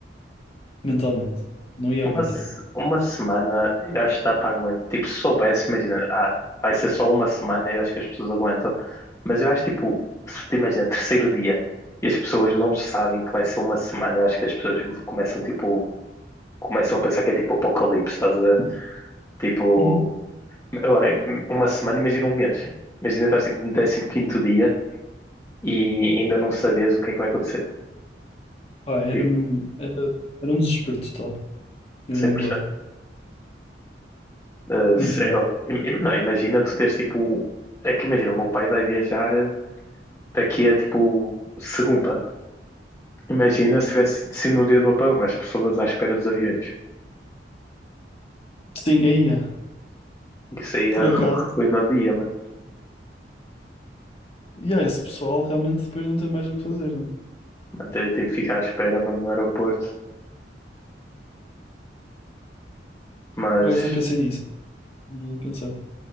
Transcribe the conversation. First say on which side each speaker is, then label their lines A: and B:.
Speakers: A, on the left (about 35°); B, on the left (about 15°).
A: mentalmente. Não ia
B: uma,
A: aguentar.
B: se- uma semana eu acho que dá para aguentar. Tipo, se soubesse, imagina, ah, vai ser só uma semana, eu acho que as pessoas aguentam. Mas eu acho, tipo, se te imagina, terceiro dia e as pessoas não sabem que vai ser uma semana, eu acho que as pessoas começam, tipo, começam a pensar que é tipo apocalipse, estás a ver? Tipo,
A: Uhum.
B: agora, é uma semana, imagina um mês. Imagina estás tipo, no décimo quinto dia e ainda não sabes o que é que vai acontecer.
A: Ah, era,
B: Tipo,
A: era, era um desespero total. Eu
B: 100%.
A: concordo.
B: Uh,
A: Enfim.
B: se era, o- im- im- não, imagina tu teres tipo. É que imagina, o meu pai vai viajar eh, daqui a tipo segunda. Imagina se tivesse se no dia do apagão as pessoas à espera dos aviões.
A: Sim, aí é.
B: Isso aí
A: Por
B: é <laughs> ru-
A: acaso,
B: ruína o dia, mano.
A: e aí, esse pessoal realmente depois não tem mais o que fazer, né?
B: Mano, Tem, tem que ficar à espera, mano, no aeroporto. Mas
A: Por acaso não pensei nisso. Não ia pensar.